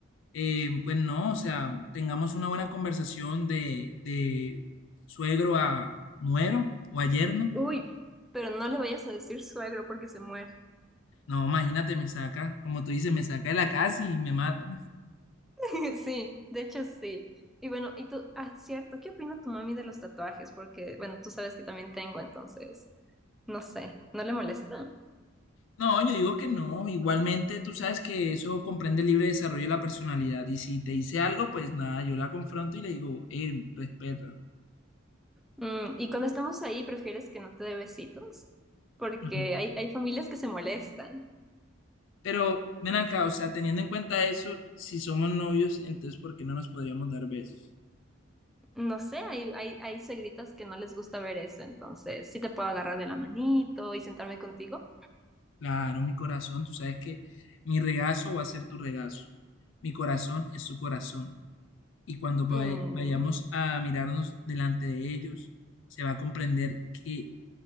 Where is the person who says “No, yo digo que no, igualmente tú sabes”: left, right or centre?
Left